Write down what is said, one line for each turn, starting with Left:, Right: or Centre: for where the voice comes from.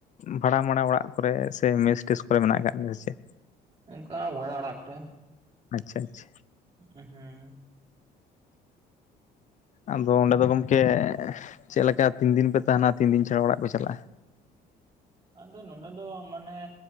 Left: ᱵᱷᱟᱲᱟ ᱢᱟᱲᱟ ᱚᱲᱟᱜ ᱠᱚᱨᱮ ᱥᱮ ᱢᱮᱥ ᱴᱮᱥ ᱠᱚᱨᱮ ᱢᱮᱱᱟᱜ ᱠᱟᱜ ᱢᱮᱭᱟ ᱥᱮ ᱪᱮᱫ
Right: ᱚᱱᱠᱟ ᱵᱷᱟᱲᱟ ᱚᱲᱟᱜ ᱠᱚᱨᱮ
Left: ᱟᱪᱪᱷᱟ ᱟᱪᱪᱷᱟ
Right: ᱦᱮᱸ
Left: ᱟᱫᱚ ᱚᱸᱰᱮ ᱫᱚ ᱜᱚᱢᱠᱮ ᱪᱮᱫ ᱞᱮᱠᱟ ᱛᱤᱱ ᱫᱤᱱ ᱯᱮ ᱛᱟᱦᱮᱱᱟ ᱛᱤᱱ ᱫᱤᱱ ᱪᱷᱟᱲᱟ ᱚᱲᱟᱜ ᱯᱮ ᱪᱟᱞᱟᱜᱼᱟ
Right: ᱟᱫᱚ ᱱᱚᱰᱮ ᱫᱚ ᱢᱟᱱᱮ